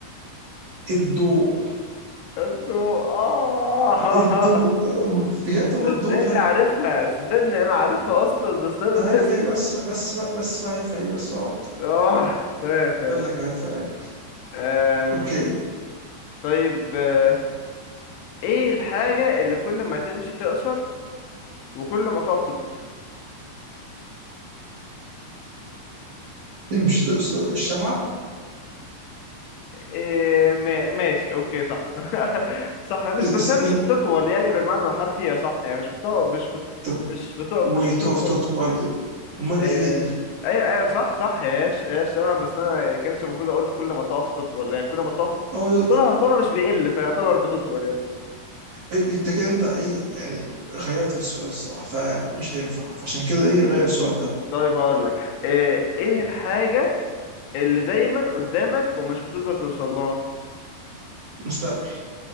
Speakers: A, on the right; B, on the left.
A: الضوء
B: الضوء اه
A: الضوء
B: <laughs>
A: بجد والله
B: صدقني
A: الضوء فعلا
B: عارفها صدقني انا عارفها اصلا بس انا
A: عارفها
B: ناسي
A: هي بس بقى بس بقى بس بقى عارفها هي بس اقعد
B: اه تمام تمام
A: قال لك عارفها قال
B: أم،
A: اوكي
B: طيب آه، ايه الحاجه اللي كل ما تمشي تقصر وكل ما تقف تطول
A: مش تقصد الشمعة
B: إيه ما- ماشي اوكي صح <laughs> صح هي مش
A: اس-
B: بس
A: اس-
B: هي مش
A: اه،
B: بتطول يعني بالمعنى الحرفي هي صح هي مش بتو... مش بت...
A: طب
B: مش بتو...
A: وتقف
B: مش بتطول
A: تطول امال
B: إيه...
A: ايه هي دي؟
B: ايوه ايوه صح صح هي ش... هي الشمع بس انا كانش المفروض اقول كل ما تقف تطول يعني كل ما تقف
A: اه ده-
B: طولها طولها مش بيقل فيعتبر بتطول يعني
A: إيه- انت كده انت ايه يعني غيرت في السؤال الصراحة فمش هينفع فعشان كده ايه غير السؤال ده
B: طيب هقول لك ايه إيه الحاجة اللي دايما قدامك ومش بتقدر توصل لها
A: مستقبل